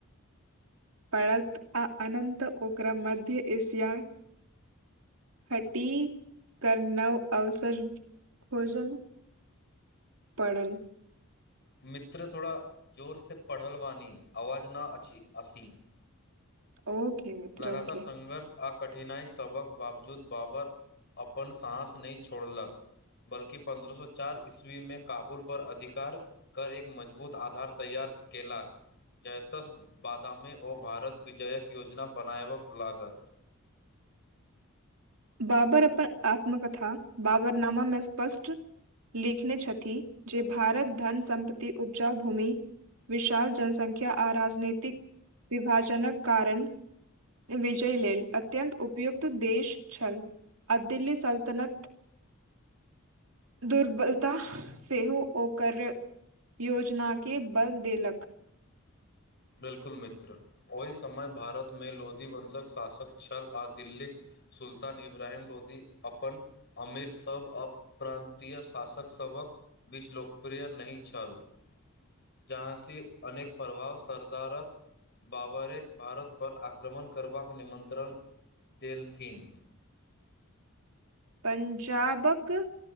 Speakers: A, on the right (about 70°); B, on the left (about 50°).
A: पड़त आ अनंत ओकरा मध्य एशिया हटी कनव अवसर <inaudible> खोजल परल
B: मित्र थोड़ा जोर से पढ़ल वाणी आवाज न अछि अँसी
A: ओके मित्र
B: लगातार
A: ओके।
B: संघर्ष आ कठिनाइ सभक बावजूद बाबर अपन साँस नहि छोड़लक बल्कि पन्द्रह सौ चार ईस्वी मे काबुल पर अधिकार करैक मजबूत आधार तैयार कयेलक जतैस बादामें ओ भारत विजयक योजना बनायबऽ लागत
A: बाबर अपन आत्मकथा बाबरनामा म स्पष्ट लिखने छथि जे भारत धन सम्पति उपजाउ भूमि विशाल जनसंख्या आ राजनीतिक विभाजनक कारण विजय लेल अत्यंत उपयुक्त देश छल अ दिल्ली सल्तनत दुर्बलता सेहो ओकर योजना के बल देलक
B: बिल्कुल मित्र ओहि समय भारतमे लोधी वंशक शासक छल आ दिल्लीक सुल्तान इब्रहिम लोधी अपन अमेर सभ अप्रान्तीय शासक सभक बीच लोकप्रिय नहि छल <inaudible> जहाँ अनेक प्रभावसँ सरदारक बाबरे क भारत पर आक्रमण करबाक निमंत्रण देल थिन
A: पंजाब क